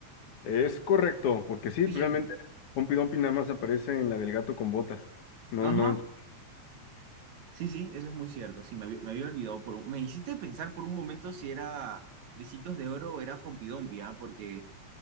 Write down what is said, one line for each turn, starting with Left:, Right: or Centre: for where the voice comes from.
Left: Es correcto, porque sí,
Right: Bien.
Left: realmente Humpty Dumpty nada más aparece en la del gato con botas. No,
Right: Ajá,
Left: no. en-
Right: sí, sí, eso es muy cierto. Sí, me, había me había olvidado por un... Me hiciste pensar por un momento si era Ricitos de Oro o era Humpty Dumpty, ¿ah? Porque,